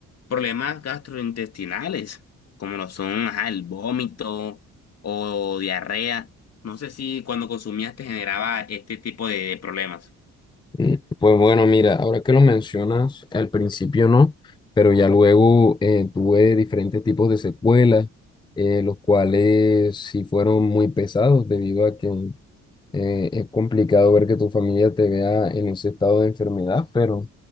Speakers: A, on the left (about 55°); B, on the left (about 15°).
A: problemas gastrointestinales, como lo son, ajá, el vómito o diarrea. No sé si cuando consumías te generaba este tipo de de problemas.
B: Mm, Pues bueno, mira, ahora que lo mencionas, al principio no, pero ya luego eh, tuve diferentes tipos de secuelas, eh, los cuales sí fueron muy pesados debido a que Eh, es complicado ver que tu familia te vea en ese estado de enfermedad, pero